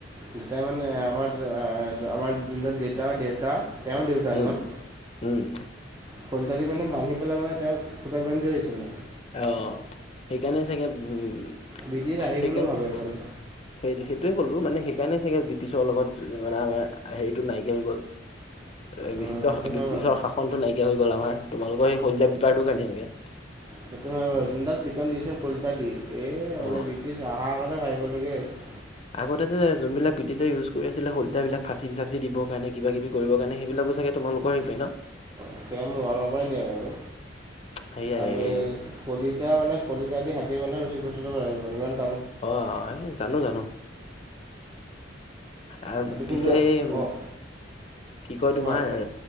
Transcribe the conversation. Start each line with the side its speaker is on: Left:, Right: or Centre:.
Right: দেউতাই মানে, আমাৰ, আমাৰ যোনজন দেউতা- দেউতা, তেওঁৰ দেউতা
Left: উম
Right: জন।
Left: উম!
Right: শলিতা দি মানে, বান্ধি পেলাই মানে, তেওঁক খূতাত বান্ধি থৈছিলে।
Left: অ'! সেইকাৰণে চাগে, উম!
Right: ব্ৰিটিছ
Left: সেইকাৰণে,
Right: আহিবলৈও ভাবে মানে
Left: সেই, সেইটোৱে ক'লো, মানে, সেইকাৰণে চাগে, ব্ৰিটিছৰ লগত মানে, আমাৰ হেৰিটো নাইকিয়া হৈ গ'ল। <unintelligible> ব্ৰিটিছৰ
Right: উম, সেইটো হয় বাৰু।
Left: শাসনটো নাইকিয়া হৈ গ'ল, আমাৰ। তোমালোকৰ সেই, শলিতা বেপাৰটো কাৰনে, চাগে।
Right: সেইটো আৰু যোনডাল পিটন দিছে, শলিতা দি। এই,
Left: অ
Right: ব্ৰিটিছ আহাৰ আগতে, ভাবিবলগীয়া হৈছে।
Left: আগতে যে, যোনবিলাক ব্ৰিটিছে ইউজ কৰি আছিলে, শলিতা বিলাক, ফাচি- চাচি দিবৰ কাৰণে, কিবা কিবি কৰিব কাৰণে। সেইবিলাকো চাগে, তোমালোকৰ হেৰিপাই ন'?
Right: এতিয়া, আমি <unintelligible> পৰাই নিয়ে বাৰু।
Left: সেয়াই
Right: আমি, শলিতা মানে, শলিতা দি হাতী বান্ধা ৰছী প্ৰস্তুত কৰিব লাগিব, সিমানে।
Left: অ'! এই, জানোঁ, জানোঁ। আঁ
Right: এইটো কিন্তু
Left: পিছে, এই,
Right: অ'
Left: কি কয় তোমাৰ,
Right: কোৱা কোৱা।